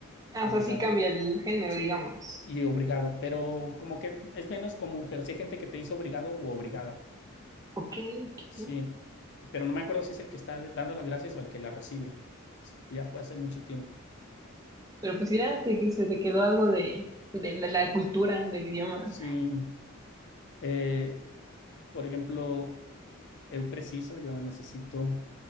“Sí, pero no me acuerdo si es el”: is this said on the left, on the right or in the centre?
Left